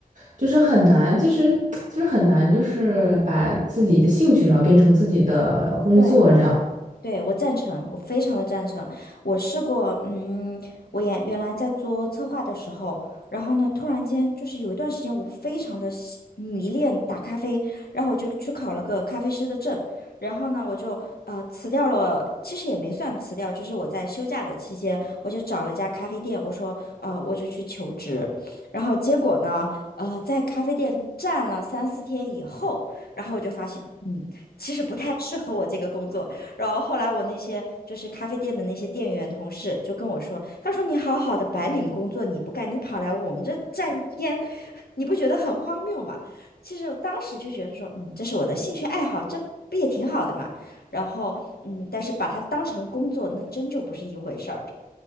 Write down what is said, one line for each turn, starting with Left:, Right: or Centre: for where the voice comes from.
Right: 就是很难，其实就是很难，就是把自己的兴趣然后变成自己的工作这样。
Left: 对，对，我赞成，我非常的赞成。我试过，嗯，我也原来在做策划的时候，然后呢，突然间就是有一段时间，我非常的喜迷恋打咖啡，然后我就去考了个咖啡师的证，然后呢，我就呃辞掉了，其实也没算辞掉，就是我在休假的期间，我就找了家咖啡店，我说，呃，我就去求职，然后结果呢，呃，在咖啡店站了三四天以后，然后我就发现，嗯，其实不太适合我这个工作。然后后来我那些就是咖啡店的那些店员同事就跟我说，他说你好好的白领工作你不干，你跑来我们这站一天，<laughs> 你不觉得很荒谬吗？其实我当时就觉得说，嗯，这是我的兴趣爱好，这不也挺好的嘛。然后，嗯，但是把它当成工作，那真就不是一回事儿。